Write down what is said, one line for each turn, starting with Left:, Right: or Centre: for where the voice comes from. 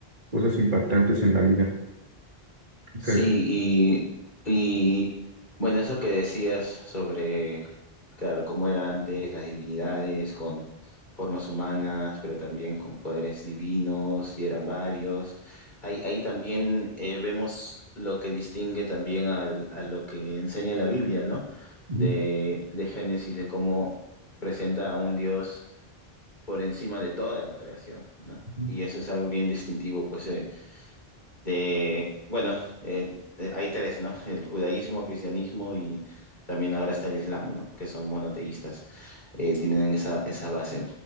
Right: cosas impactantes en la vida. Entonces,
Left: Sí, y, y bueno, eso que decías sobre, claro, cómo era antes las divinidades con formas humanas, pero también con poderes divinos, y eran varios. Ahí, ahí también eh, vemos lo que distingue también al- a lo que enseña la Biblia, ¿no?
Right: ujú,
Left: De, de Génesis, de cómo presenta a un Dios por encima de toda la creación, ¿no?
Right: ujú,
Left: Y eso es algo bien distintivo, pues, eh, de, bueno, eh, eh, hay tres, ¿no? El judaísmo, cristianismo y también ahora está el islam, ¿no? Que son monoteístas, eh, tienen esa, esa base.